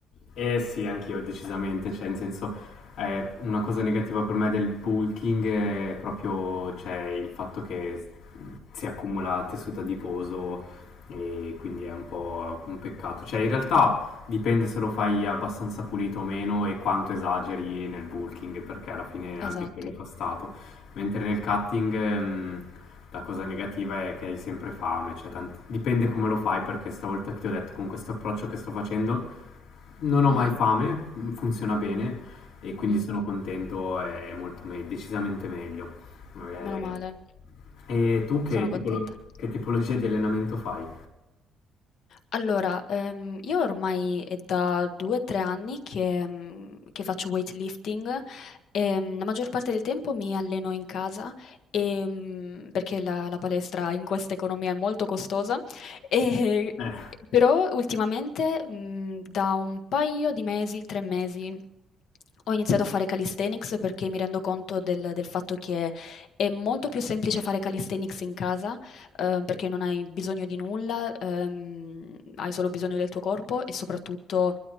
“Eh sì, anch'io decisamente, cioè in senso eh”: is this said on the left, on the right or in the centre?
Left